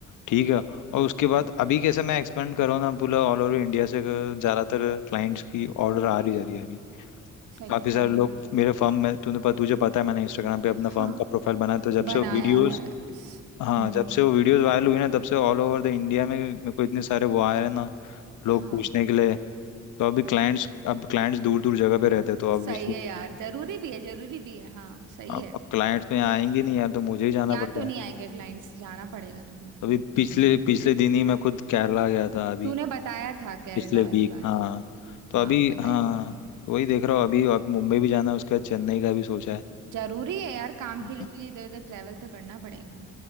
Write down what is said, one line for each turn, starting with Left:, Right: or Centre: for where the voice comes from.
Left: ठीक है और उसके बाद अभी कैसे मैं एक्सपेंड करूँ ना पूरा ऑल ओवर इंडिया से अगर ज़्यादातर क्लाइंट्स की ऑर्डर
Right: हाँ
Left: आ रही जा रही है अभी
Right: सही
Left: काफ़ी
Right: है सही
Left: सारे लोग
Right: है
Left: मेरे फर्म में तूने पता तुझे पता है मैंने इंस्टाग्राम पे अपना फर्म
Right: हाँ
Left: का प्रोफाइल बनाया तो जब
Right: बनाया
Left: से वो वीडियोस
Right: हुआ है स-
Left: हाँ
Right: हम्म
Left: जब से वो वीडियोस वायरल हुई ना तब से ऑल ओवर द इंडिया में मेरे को इतने सारे वो आए हैं ना लोग
Right: हाँ
Left: पूछने के लिए तो अभी क्लाइंट्स अब क्लाइंट्स दूर दूर जगह पे रहते हैं तो ऑब्वियसली
Right: सही है यार जरूरी भी है जरूरी भी है हाँ सही
Left: अब
Right: है
Left: अब क्लाइंट्स तो यहाँ आएंगे नहीं यार तो मुझे ही जाना
Right: या
Left: पड़ता
Right: तो नहीं
Left: है
Right: आएंगे क्लाइंट्स जाना पड़ेगा तुझे
Left: अभी
Right: ये
Left: पिछले
Right: तो है
Left: पिछले दिन ही मैं खुद केरला गया था अभी
Right: तूने बताया था केरला
Left: पिछले वीक
Right: वाली बात
Left: हाँ तो
Right: हाँ
Left: अभी
Right: बताई
Left: हाँ
Right: थी तूने
Left: तो वही देख रहा हूँ अभी अभी मुंबई भी जाना है उसके बाद चेन्नई का भी सोचा है
Right: जरूरी है यार काम के लिए
Left: हाँ,
Right: तुझे इधर उधर ट्रैवल तो करना पड़ेगा